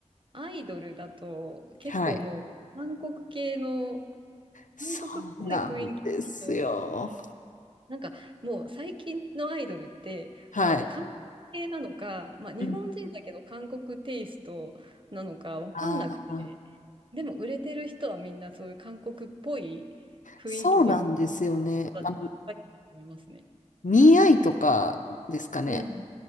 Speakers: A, on the right; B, on the left.
A: アイドルだと結構もう韓国系の
B: <laughs> はい。そうなんですよ。
A: 韓国っぽい雰囲気の人、なんかもう最近のアイドルって、
B: はい。
A: まあ、韓国系なのか、まあ、日本人だけど韓国テイストなのか分かんなくて、
B: うんああ、
A: でも売れてる人はみんなそういう韓国っぽい雰囲気で売る
B: そうなんですよね。
A: 人たちばっかりだと思いますね。
B: あの、ミーアイとかですかね。
A: うん。